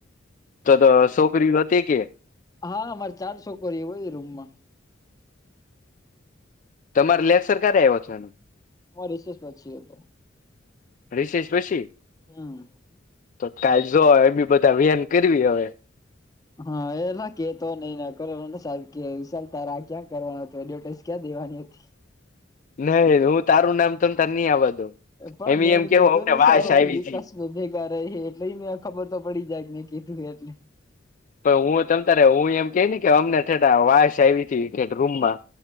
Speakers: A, on the left (about 40°); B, on the left (about 20°).
A: તો તો છોકરી હતી કે
B: હા, અમારે ચાર છોકરી હોય, રૂમ માં.
A: તમારે લેક્સર ક્યારે આવ્યો છે? એનુ
B: અ રિશેષ પછી હતો.
A: રિષેશ પછી?
B: હા.
A: તો કાલ જો એ બી બધા વ્યાન કરવી હવે.
B: હા, એલા કેતો નહેશ તારા ક્યા કરવાનું એડવર્ટાઈઝ ક્યાં દેવાની હતી?
A: નહી હું તારું નામ તમ તાર નહી આવ દ
B: પણ
A: એમ
B: મેં
A: એમ
B: એને
A: કેવોમને
B: કીધું ને
A: વાસ
B: સાહેબ અમે
A: આવી.
B: વિકાસ ભેગા રહી હ એટલે એ મે ખબર તો પડી જાય, મેં કીધું એટલે?
A: પણ હું તમ તારે હું એમ કે ને કે અમનેે વાસ આવી. હતી ઠેઠ રૂમમાં